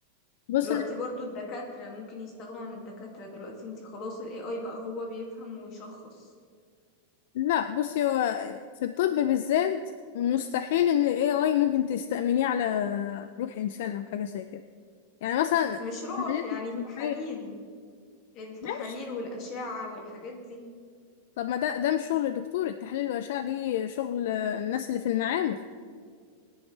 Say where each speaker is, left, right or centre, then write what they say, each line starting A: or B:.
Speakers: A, on the left; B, on the left.
A: بص
B: دلوقتي برضو الدكاترة ممكن يستغنوا عن الدكاترة دلوقتي انتي خلاص ال AI بقى هو بيفهم ويشخص
A: لا بصي هو في الطب بالذات مستحيل ان ال AI ممكن تستأمنيه على روح انسان او حاجه زي كده يعني مثلا
B: مش روح
A: عمليات
B: يعني التحاليل
A: الجراحية
B: التحاليل
A: ماشي
B: والأشعة والحاجات دي
A: طب ما ده ده مش شغل دكتور التحاليل والاشعه دي شغل الناس اللي في المعامل